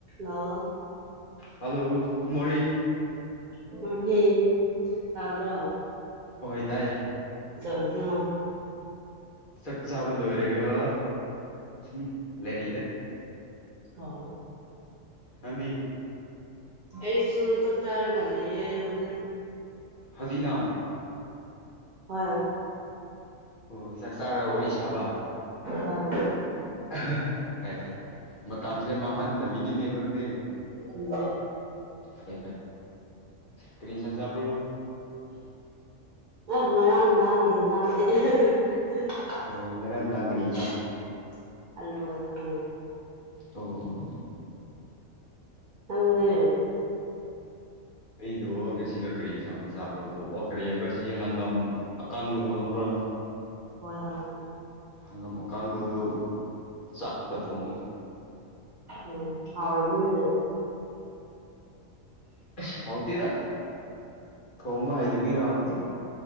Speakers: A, on the right; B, on the left.
A: ꯑꯣ
B: hello good morning
A: good morning ꯇꯥꯕ꯭ꯔꯣ
B: ꯍꯣꯏ ꯇꯥꯏꯌꯦ
A: ꯀꯩꯗꯧꯔꯤꯅꯣ
B: ꯆꯛ ꯆꯥꯕ ꯂꯣꯏꯔꯦꯒ ꯁꯨꯝ ꯂꯩꯔꯤꯗ
A: ꯑꯣ
B: ꯅꯪꯗꯤ
A: ꯑꯩꯁꯨ ꯆꯥꯛ ꯆꯔꯒꯥ ꯂꯩꯌꯦ ꯍꯧꯖꯤꯛ
B: ꯍꯧꯖꯤꯛꯅ
A: ꯍꯣꯏ
B: ꯑꯣ ꯆꯥꯛ ꯆꯥꯔ ꯋꯥꯔꯤ ꯁꯥꯕ
A: ꯍꯣꯏ
B: ꯑꯍꯥ ꯊꯥꯏ ꯊꯥꯏ ꯃꯇꯝꯁꯦ ꯃꯥꯡꯍꯟꯗꯕꯤꯅꯤꯅꯦꯀꯣ ꯑꯗꯨꯗꯤ
A: ꯎꯝ
B: ꯐꯩ ꯐꯩ ꯀꯔꯤ ꯌꯦꯟꯁꯥꯡ ꯆꯥꯕ꯭ꯔꯣ
A: ꯑꯥ ꯉꯔꯥꯡ ꯅꯨꯡꯗꯥꯡꯒꯤ ꯑꯦꯟꯖꯥꯡꯅꯦ <unintelligible>
B: ꯑꯣ ꯉꯔꯥꯡ ꯅꯨꯡꯗꯥꯡ ꯀꯔꯤ ꯏꯟꯁꯥꯡ
A: ꯑꯜꯂꯨꯒ ꯈꯝꯃꯦꯟ
B: ꯑꯣ
A: ꯅꯪꯗꯤ
B: ꯑꯩꯗꯣ ꯉꯁꯤꯗꯣ ꯀꯔꯤ ꯌꯦꯟꯁꯥꯡ ꯆꯥꯕ꯭ꯔꯣꯀꯣ ꯑꯣ ꯀꯔꯤ ꯍꯥꯏꯕ ꯑꯁꯤ ꯍꯪꯒꯥꯝ ꯑꯀꯥꯡꯕꯗꯣ ꯈꯪꯕ꯭ꯔꯥ
A: ꯍꯣꯏ ꯍꯣꯏ
B: ꯍꯪꯉꯝ ꯑꯀꯪꯕꯗꯨ ꯆꯥꯛꯀ ꯊꯣꯡꯉꯤ
A: ꯎꯪ ꯍꯥꯎꯔꯝꯅꯤꯅ
B: ꯑꯁ ꯍꯥꯎꯇꯤꯔ ꯊꯣꯡꯕ ꯍꯩꯗꯕꯤꯔ ꯍꯥꯎꯇꯦ